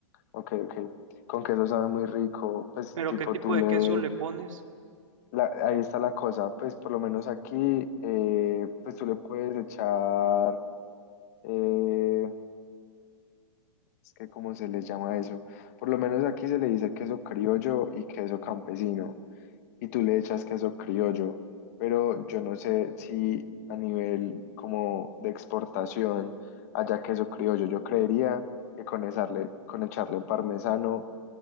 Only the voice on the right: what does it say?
¿Pero
qué tipo
de
queso le pones?